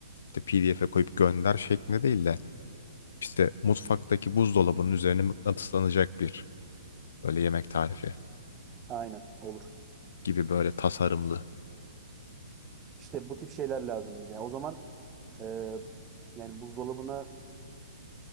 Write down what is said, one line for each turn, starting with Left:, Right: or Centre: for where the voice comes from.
Left: işte PDF'e koyup gönder şeklinde değil de işte mutfaktaki buzdolabının üzerine mıknatıslanacak bir böyle yemek tarifi
Right: Aynen olur.
Left: gibi böyle tasarımlı.
Right: İşte bu tip şeyler lazım bize. O zaman e, yani buzdolabına